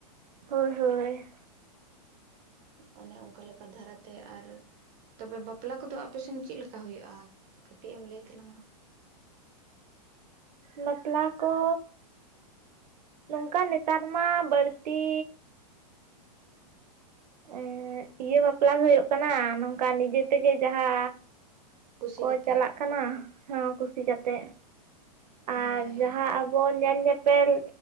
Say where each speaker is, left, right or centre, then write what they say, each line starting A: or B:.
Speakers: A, on the right; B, on the right.
A: ᱦᱳᱭ ᱦᱳᱭ᱾
B: ᱚᱱᱮ ᱚᱝᱠᱟ ᱞᱮᱠᱟ ᱫᱷᱟᱨᱟᱛᱮ ᱟᱨ ᱛᱚᱵᱮ ᱵᱟᱯᱞᱟ ᱠᱚᱫᱚ ᱟᱯᱮᱥᱮᱱ ᱪᱮᱫ ᱞᱮᱠᱟ ᱦᱳᱭᱳᱜᱼᱟ ᱠᱷᱟᱹᱴᱤᱡ ᱮᱢ ᱞᱟᱹᱭ ᱛᱟᱞᱟᱝᱟ᱾
A: ᱵᱟᱯᱞᱟ ᱠᱚ, ᱱᱚᱝᱠᱟ ᱱᱮᱛᱟᱨ ᱢᱟ ᱵᱟᱹᱲᱛᱤ ᱮᱸᱫᱽ ᱤᱭᱟᱹ ᱵᱟᱯᱞᱟ ᱜᱮ ᱦᱳᱭᱳᱜ ᱠᱟᱱᱟ ᱱᱚᱝᱠᱟ ᱱᱤᱡᱮ ᱛᱮᱜᱮ ᱡᱟᱸᱦᱟ,
B: ᱠᱩᱥᱤ
A: ᱠᱚ
B: ᱠᱟᱛᱮᱜ
A: ᱪᱟᱞᱟᱜ ᱠᱟᱱᱟ, ᱦᱚᱸ ᱠᱩᱥᱤ ᱠᱟᱛᱮᱫ᱾ ᱟᱨ
B: ᱦᱳᱭ
A: ᱡᱟᱦᱟᱸ ᱟᱵᱚ ᱧᱮᱞ ᱧᱮᱯ ᱯᱮᱞ